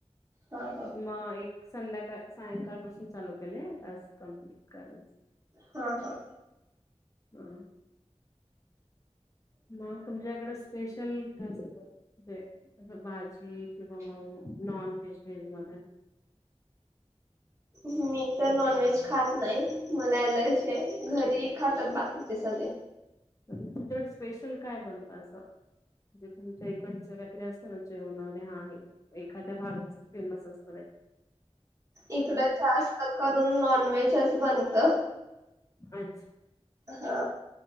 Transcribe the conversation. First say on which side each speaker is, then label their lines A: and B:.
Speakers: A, on the right; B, on the left.
A: हा हा
B: मग एक संध्याकाळ सायंकाळ पासून चालू केलंय आज कम्प्लीट करण्या
A: हा हा
B: हा मग तुमच्याकड स्पेशल असते भाज ठीक आहे मग नॉन व्हेज व्हेज मध्ये
A: मी तर नॉनव्हेज खात नाही मला एलर्जी आहे घरी खातात बाकीचे सगळे
B: तुमच्याकडे स्पेशल काय बनतात म्हणजे तुमच्या इकडचं काहीतरी असतं ना जेवणामध्ये हा आहे. एखाद्या भागाच फेमस असतं आहे.
A: इकडं जास्त करून नॉनव्हेजच बनत
B: अच्छा
A: हा